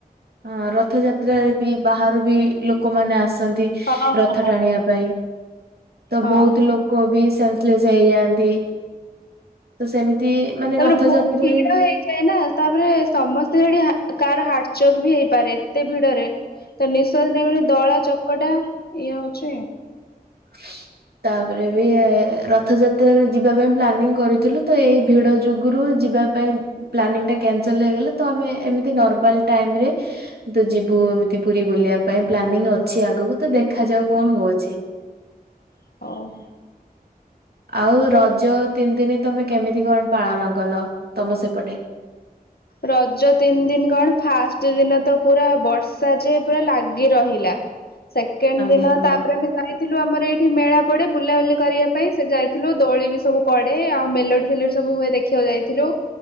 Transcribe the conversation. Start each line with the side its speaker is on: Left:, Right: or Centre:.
Right: ହଁ ରଥଯାତ୍ରାରେ ବି ବାହାରୁ ବି ଲୋକମାନେ ଆସନ୍ତି।
Left: ହଁ ହଁ।
Right: ରଥ ଟାଣିବା ପାଇଁ ତ
Left: ହଁ।
Right: ବହୁତ ଲୋକ କବି ସେନସ ହେଇଯାଆନ୍ତି ତ ସେମିତି ମାନେ
Left: ତାପରେ
Right: ରଥଯାତ୍ରାରେ
Left: ବହୁତ ଭିଡ ହେଇଛି। ଏନା ତାପରେ ସମସ୍ତେ ସେଠି କାହାର ହାର୍ଟ ଚକ୍ ବି ହେଇପାରେ ଏତେ ଭିଡରେ। ତ ନିଶ୍ୱାସ ନେଇହୋଉନି ଦଳାଚକଟା ଇଏ ହଉଛି।
Right: <unintelligible> ତାପରେ ବି ରଥଯାତ୍ରା ରେ ଯିବା ପାଇଁ ପ୍ଲାନିଂ କରିଥିଲୁ ତ ଏଇ ଭିଡ ଯୁଗୁରୁ ଯିବା ପାଇଁ ପ୍ଲାନି ଟା କ୍ୟାନସଲ ହେଇଗଲା ତ ଆମେ ଏମିତି ନର୍ମାଲ ଟାଇମରେ ତ ଯିବୁ ଏମିତି ପୁରୀ ବୁଲିବା ପାଇଁ ପ୍ଲାନିଂ ଅଛି ଆଗକୁ ତ ଦେଖା ଯାଉ କଣ ହଉଛି। <inaudible>
Left: ହଉ।
Right: ଆଉ ରଜ ତିନି ଦିନ ତମେ କେମିତି କଣ ପାଳନ କଲ ତମ ସେପଟେ?
Left: ରଜ ତିନି ଦିନ କଣ, ଫାଷ୍ଟ ଦିନ ତ ପୁରା ବର୍ଷା ଯେ ପୁରା ଲାଗି ରହିଲା। ସେକେଣ୍ଡ
Right: ଆଜ୍ଞା
Left: ଦିନ
Right: ହଁ।
Left: ତାପରେ ବି ଯାଇ ଥିଲୁ ଆମର ଏଇଠି ମେଳା ପଡେ, ବୁଲାବୁଲି କରିବା ପାଇଁ ସେଠ ଯାଇଥିଲୁ ଦୋଳି ବି ସବୁ ପଡେ ଆଉ ମେଲୋଡି ଫେଲୋଡି ସବୁ ହୁଏ ଦେଖି ଦେଖିବାକୁ ଯାଇଥିଲୁ